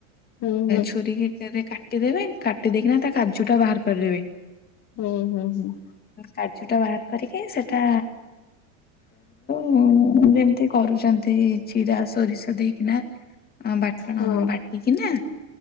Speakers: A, on the left (about 40°); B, on the left (about 20°).
A: ହୁଁ ହୁଁ
B: ଛୁରୀ କି କେ କା କାଟିଦେବେ କାଟିଦେଇକିନା ତା କାଜୁ ଟା ବାହାର କରିଦେବେ।
A: ହୁଁ ହୁଁ ହୁଁ।
B: କାଜୁ ଟା ବାହାର କରିକି ସେଟା <inaudible> ଯେମତି କରୁଛନ୍ତି ଜିରା ସୋରିଷ ଦେଇକିନା। ହଁ ବାଟଣ
A: ହୁଁ।
B: ବାଟ ଏଇକିନା